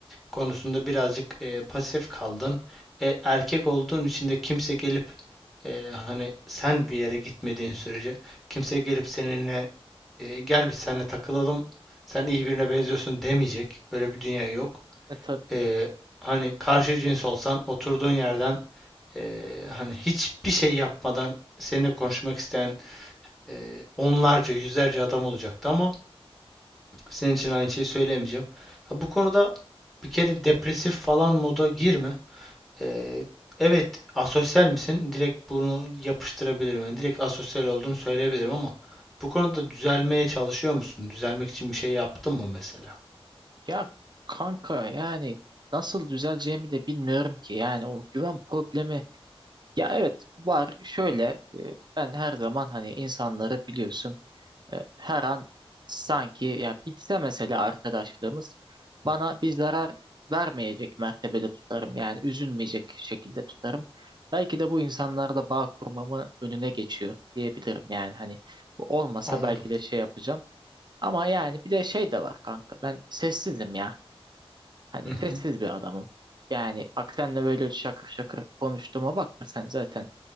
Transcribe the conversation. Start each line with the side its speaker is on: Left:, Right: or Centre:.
Centre: konusunda birazcık e, pasif kaldın. E, erkek olduğun için de kimse gelip e, hani sen bir yere gitmediğin sürece kimse gelip seninle e, gel biz seninle takılalım sen iyi birine benziyorsun demeyecek. Böyle bir dünya yok
Right: E tabii.
Centre: e, hani karşı cins olsan oturduğun yerden e, hani hiçbir şey yapmadan seninle konuşmak isteyen e, onlarca yüzlerce adam olacaktı ama senin için aynı şeyi söyleyemeyeceğim. Ha, bu konuda bir kere depresif falan moda girme. E, evet asosyal misin? Direkt bunu yapıştırabilirim. Yani direkt asosyal olduğunu söyleyebilirim ama bu konuda düzelmeye çalışıyor musun? Düzelmek için bir şey yaptın mı mesela?
Right: Ya kanka yani nasıl düzeleceğimi de bilmiyorum ki. Yani o güven problemi ya evet var şöyle e, ben her zaman hani insanları biliyorsun E, her an sanki ya bitse mesela arkadaşlığımız bana bir zarar vermeyecek mertebede tutarım. Yani üzülmeyecek şekilde tutarım. Belki de bu insanlarda bağ kurmamı önüne geçiyor diyebilirim. Yani hani bu olmasa
Centre: Anladım.
Right: belki de şey yapacağım. Ama yani bir de şey de var kanka. Ben sessizim ya. Hani
Centre: Hı hı.
Right: sessiz bir adamım. Yani bak senle böyle şakır şakır konuştuğuma bakma sen zaten.